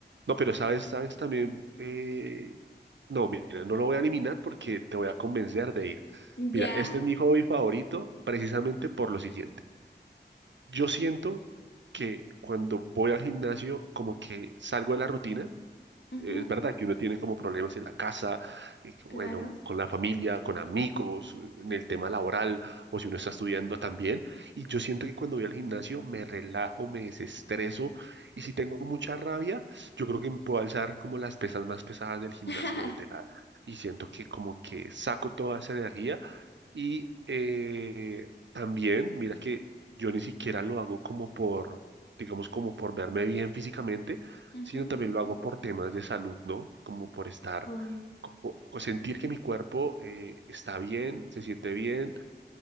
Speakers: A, on the right; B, on the left.
A: no, pero sabes, sabes también, eh, no, mira, no lo voy a eliminar porque te voy a convencer de ir.
B: Ya.
A: Mira, este es mi hobby favorito precisamente por lo siguiente. Yo siento que cuando voy al gimnasio, como que salgo de la rutina.
B: Ujú,
A: Eh, Es verdad que uno tiene como problemas en la casa, eh, bueno,
B: Claro.
A: con la familia, con amigos, en el tema laboral, o si uno está estudiando también. Y yo siento que cuando voy al gimnasio me relajo, me desestreso. Y si tengo mucha rabia, yo creo que puedo alzar como las pesas más pesadas del gimnasio
B: <laughs>
A: desde la... Y siento que como que saco toda esa energía y eh, también, mira que yo ni siquiera lo hago como por, digamos, como por verme bien físicamente,
B: Ujú,
A: sino también lo hago por temas de salud, ¿no? Como por estar,
B: Obvio.
A: como, o sentir que mi cuerpo eh, está bien, se siente bien